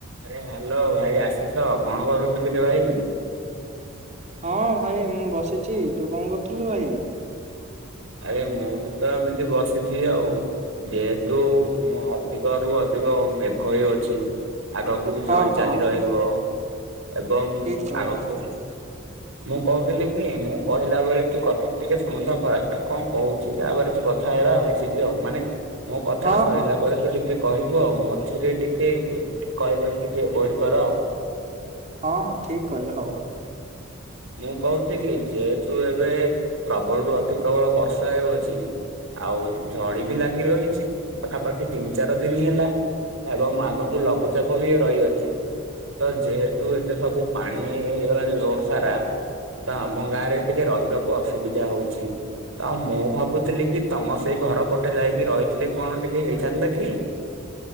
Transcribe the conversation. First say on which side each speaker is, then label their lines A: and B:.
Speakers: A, on the right; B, on the right.
A: ଆରେ ହ୍ୟାଲୋ ଭାଇ ଆସିଛ କଣ କରୁଛୁ କିଟେ ଭାଇ?
B: ହଁ ଭାଇ ମୁଁ ବସିଛି ତୁ କଣ କରୁଥୁଲୁ ଭାଇ?
A: ଆରେ ମୁଁ ବି ତ ଏମିତି ବସିଛି ଆଉ। ଯେହେତୁ ମ ଅଧିକରୁୁ ଅଧିକ ମେଘ ହେଇଯାଉଛି ଆଗ <unintelligible>
B: ହଁ
A: ଝଡି
B: ହଁ
A: ଚାଲି ରହିବ ଏବଂ
B: ଠିକ କହିଲ
A: ଆଗକୁ ମୁଁ କହୁଥିଲି କି ମୁଁ କହିଲା ବେଳେ ତୁ କଥାଟା ଟିକେ ଶୁଣୁଥା ଫାଷ୍ଟ। ତୁ କଁ କହୁଛି ତାପରେ ତୁ କଥା ହେବା ମିଶିକି ଆଉ ମାନେ ମୋ କଥାଟା
B: ହଁ
A: ସଇଲା
B: ହଁ
A: ପରେ ତୁ ଟିକେ କହିବୁ ଆଉ ମଝିରେ ଟିକେ କ କହିବାକୁ ଟିକେ ଏଭୋଏଡ୍ କର।
B: ହଁ ଠିକ୍ କହିଲେ ହଉ।
A: ମୁଁ କହୁଚି କି ଯେହେତୁ ଏବେ ପ୍ରବଳରୁୁ ଅତି ପ୍ରବଳ ବର୍ଷା ହେଉଅଛି ଆଉ ଝଡି ବି ଲାଗି ରହିଛି ପାଖାପାଖି ତିନି ଚାର ଦିନି ହେଲା। ଏବମ୍ ଆଗକୁ ଲଘୁଚାପ ବି ରହିଅଚି। ତ ଯେହେତୁ ଏତେ ସବୁ ପାଣି ହେଇଗଲାଣି ରୋଡ ସାରା ତ ଆମ ଗାଁରେ ଟିକେ ରହିବାକୁ ଅସୁବିଧା ହଉଚି। ତ ମୁଁ ଭାବୁଥିଲି କି ତମ ସେଇ ଘର ପଟେ ଯାଇକି ରହିଥିଲେ କଣ ଟିକେ ହେଇଥାନ୍ତା କି